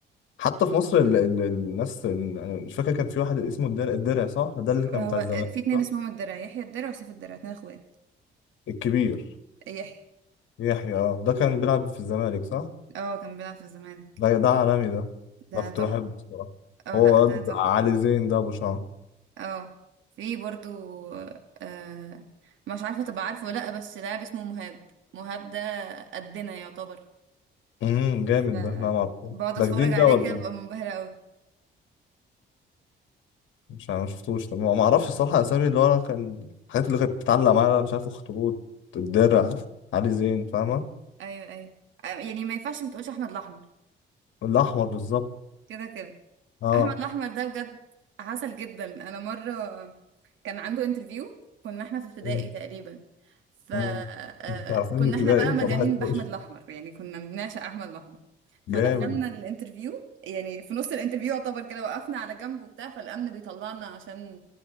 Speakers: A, on the left; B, on the right.
A: حتى في مصر ال... ال... الناس انا مش فاكر كان في واحد اسمه الدرع الدرع صح ده اللي كان
B: هو
A: بتاع الزمالك
B: في اتنين
A: صح
B: اسمهم الدرع يحيى الدرع وسيف الدرع اتنين اخوات
A: الكبير
B: يحيى
A: يحيى اه ده كان بيلعب في الزمالك صح
B: اه كان بيلعب في الزمالك
A: ده ده عالمي ده
B: ده
A: ده كنت
B: تحفة
A: بحبه بصراحه
B: اه
A: هو
B: لا ده
A: واد
B: تحفة
A: علي زين ده ابو شعر
B: اه في برضو آه مش عارفة تبقى عارفه ولا لا بس لاعب اسمه مهاب مهاب ده قدنا يعتبر
A: امم جامد
B: ف
A: ده لا ما اعرفه
B: بقعد
A: ده
B: اتفرج
A: جديد
B: عليه
A: ده ولا
B: كده ببقى منبهرة قوي
A: مش انا ما شفتوش طب ما ما اعرفش الصراحه اسامي اللي هو انا كان الحاجات اللي كانت بتعلق معايا بقى مش عارف اخطبوط الدرع علي زين فاهمه
B: ايوه ايوه يعني ما ينفعش ما تقولش احمد الاحمر
A: الاحمر بالظبط
B: كده كده
A: اه
B: احمد الاحمر ده بجد عسل جدا انا مره كان عنده انترفيو كنا احنا في ابتدائي
A: مم.
B: تقريبا ف آه،
A: امم انت عارفين
B: كنا
A: الابتدائي
B: احنا بقى مجانين
A: صباح الفل
B: باحمد الاحمر يعني كنا بنعشق احمد الاحمر فدخلنا
A: جامد
B: الانترفيو يعني في نص الانترفيو يعتبر كده وقفنا على جنب وبتاع فالامن بيطلعنا عشان